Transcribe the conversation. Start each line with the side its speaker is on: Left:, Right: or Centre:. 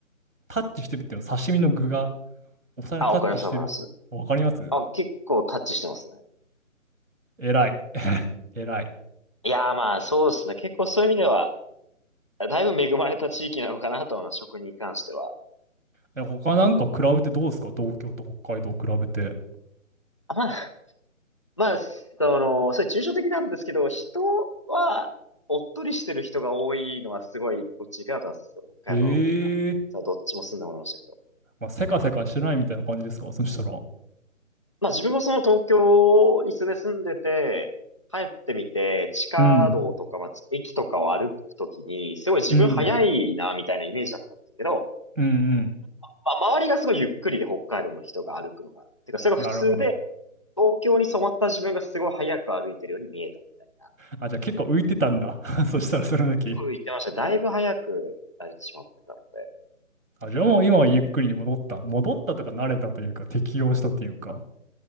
Right: タッチしてるっていうのは刺身の具がお皿にタッチしてる。
Left: あ、わかりますわかります。
Right: わかります
Left: あ、結構タッチしてますね。
Right: 偉い。<laughs> 偉い。
Left: いやーまあそうですね。結構そういう意味では、だいぶ恵まれた地域なのかなと思います、食に関しては。
Right: え、他なんか比べてどうですか東京と北海道比べて。
Left: あまあ、まあ、その、それ抽象的なんですけど、人は、おっとりしてる人が多いのはすごい、こっち行くなとは、北海道の方が、
Right: へえ。
Left: そうどっちも住んでもらいましたけど。
Right: まあ、せかせかしてないみたいな感じですかそしたら。
Left: まあ自分もその東京に住んで住んでて、帰ってみて、地下道とか、
Right: うん。
Left: まあ、駅とかを歩くときに、すごい自分早いな、
Right: うん。
Left: みたいなイメージだったんですけど、
Right: うんうん。
Left: まあ、周りがすごいゆっくりで北海道の人が歩くのが。てか、それが普通で、
Right: なるほど。
Left: 東京に染まった自分がすごい早く歩いてるように見えたみたいな。
Right: あ、
Left: とか、
Right: じゃあ結構浮いてたんだ。<laughs> そしたらその時。
Left: 結構言ってました。だいぶ早く歩いてしまってたので。
Right: あ、じゃあもう今はゆっくりに戻った。戻ったとか慣れたというか適応したというか。